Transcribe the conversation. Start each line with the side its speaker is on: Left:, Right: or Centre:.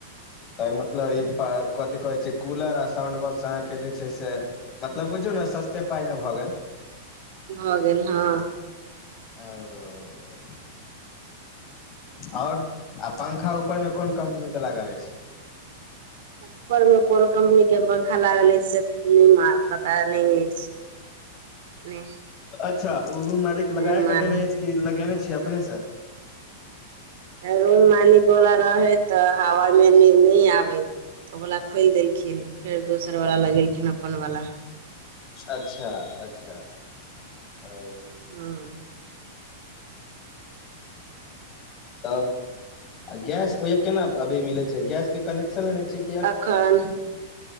Left: त मतलब ई कथि कहैत छै कूलर आ साउंड बॉक्स अहाँके जे छै से मतलब बुझयौ न सस्ते पाइमे भ गेल
Right: भ गेल हँ
Left: ओ आओर आ पंखा उपर मे कोन कम्पनी के लागल अछि
Right: उपर में कोन कम्पनी के पंखा लागल अछि से पता नहि अछि नहि
Left: अच्छा ओ रूम मालिक
Right: नहि
Left: लगाय
Right: मालूम
Left: के देने अछि कि लगेने छियै अपने से
Right: रोम मालिक वला रहे तऽ हवा मे नहि आबे तऽ ओ बाला खोलि देलखिन फेर दोसर वाला लगेलखिन अपन वला
Left: अच्छा अच्छा ओ
Right: हँ
Left: तब आ गैस ओहिह केना अभी मिलै छै गैस के कनेक्शन लेने छै की
Right: एखन